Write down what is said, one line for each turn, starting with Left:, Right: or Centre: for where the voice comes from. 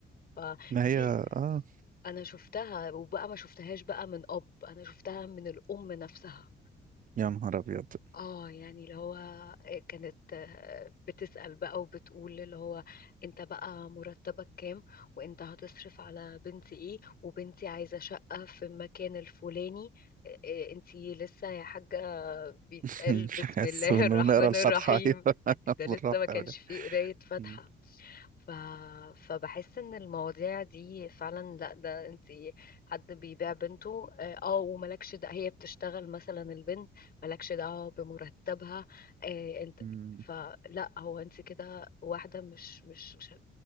Left: فدي
Right: ما هي اه
Left: انا شفتها وبقى ما شفتهاش بقى من اب انا شفتها من الام نفسها
Right: يا نهار ابيض
Left: اه يعني اللي هو كانت آه، بتسأل بقى وبتقول اللي هو انت بقى مرتبك كام وانت هتصرف على بنتي ايه وبنتي عايزة شقة في المكان الفلاني إيه انتي لسه يا حاجة بيتقال
Right: <laughs>
Left: بسم
Right: الحس
Left: الله
Right: انه
Left: الرحمن
Right: بنقرا الفاتحه
Left: الرحيم
Right: ايوه <laughs>
Left: ده لسه
Right: بالرفع
Left: ما كانش
Right: ولا
Left: فيه قراية فاتحة
Right: مم.
Left: ف... فبحس ان المواضيع دي فعلا لا ده انت حد بيبيع بنته اه آه، وملكش ده هي بتشتغل مثلا البنت ملكش دعوة بمرتبها آه انت
Right: مم.
Left: فلا هو انت كده واحدة مش مش مش